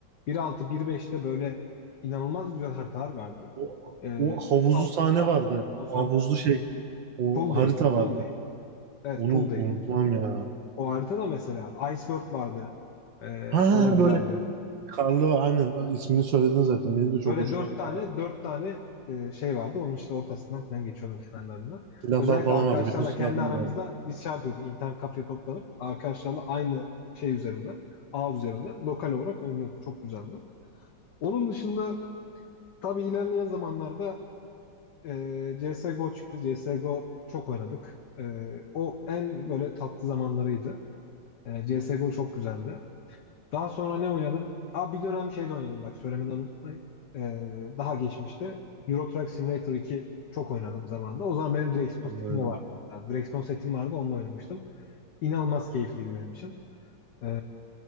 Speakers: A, on the left (about 65°); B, on the right (about 70°).
A: bir altı bir beşte böyle inanılmaz güzel haritalar vardı.
B: O,
A: Ee,
B: o havuzlu
A: S6
B: sahne vardı.
A: olsun
B: O havuzlu şey. O
A: Pool Day,
B: harita
A: Pool
B: vardı.
A: Day. Evet
B: Onu
A: Pool
B: unutmam
A: Day.
B: ya.
A: O harita da mesela Ice World vardı. Ee,
B: Ha
A: o da güzeldi.
B: böyle karlı var. Aynen ismini söyledin zaten. Benim de çok
A: Böyle
B: hoşuma
A: dört
B: giden
A: tane dört tane e, şey vardı. Onun işte ortasından falan geçiyordum kenarlarından.
B: Silahlar
A: Özellikle
B: falan
A: arkadaşlarla
B: vardı. Bütün silahlar
A: kendi aramızda
B: vardı.
A: biz şey yapıyorduk. internet kafeye toplanıp arkadaşlarla aynı şey üzerinden ağ üzerinden lokal olarak oynuyorduk. Çok güzeldi. Onun dışında Tabii ilerleyen zamanlarda e, CSGO çıktı. CSGO çok oynadık. E, o en böyle tatlı zamanlarıydı. E, CSGO çok güzeldi. Daha sonra ne oynadım? Aa, bir dönem şey de oynadım bak söylemeden unutmayın. E, daha geçmişte Euro Truck Simulator 2 çok oynadım zamanında. O zaman benim
B: O-
A: direksiyon
B: Onlardan.
A: setim de vardı hatta. Direksiyon setim vardı onunla oynamıştım. İnanılmaz keyifliydi benim için. E,